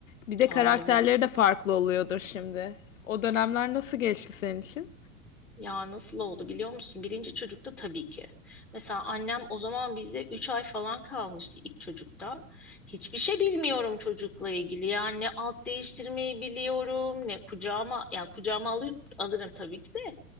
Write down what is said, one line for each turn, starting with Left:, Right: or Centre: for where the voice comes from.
Left: Bir de
Centre: Aa
Left: karakterleri
Centre: evet.
Left: de farklı oluyordur şimdi. O dönemler nasıl geçti senin için?
Centre: Ya nasıl oldu biliyor musun? Birinci çocukta tabii ki. Mesela annem o zaman bizde 3 ay falan kalmıştı ilk çocukta. Hiçbir şey bilmiyorum çocukla ilgili. Yani ne alt değiştirmeyi biliyorum, ne kucağıma, yani kucağıma alıp alırım tabii ki de.